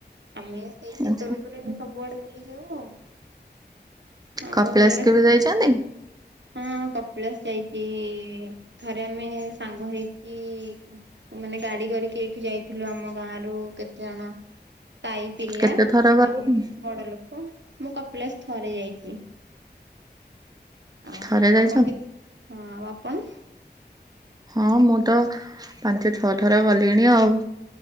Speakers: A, on the right; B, on the right.
A: ଆମେ ସେଇ ଶୀତ
B: ଆଛା
A: ଋତୁରେ ସବୁଆଡେ ବୁଲିଯାଉ ଆଉ। ହଁ
B: କପିଳାସ
A: ବହୁତ ଜାଗା
B: କେବେ
A: ଶୀତ
B: ଯାଇଛନ୍ତି?
A: ଋତୁରେ। ହଁ କପିଳାସ ଯାଇଛି ଥରେ ଆମେ ସାଙ୍ଗ ହେଇକି। ମାନେ ଗାଡି କରିକି ଏଇଠି ଯାଇଥିଲୁ ଆମ ଗାଁ ରୁ କେତେଜଣ? ସାହି ପିଲା
B: କେତେ ଥର ଗଲେଣି
A: ଆଉ ବଡ ଲୋକ ମୁଁ କପିଳାସ ଥରେ ଯାଇଛି। ଆଉ
B: ଥରେ ଯାଇଛନ୍ତି?
A: ଆପଣ କେ ହଁ ଆଉ ଆପଣ
B: ହଁ ମୁଁ ତ ପାଞ୍ଚ ଛଅ ଥର ଗଲିଣି ଆଉ।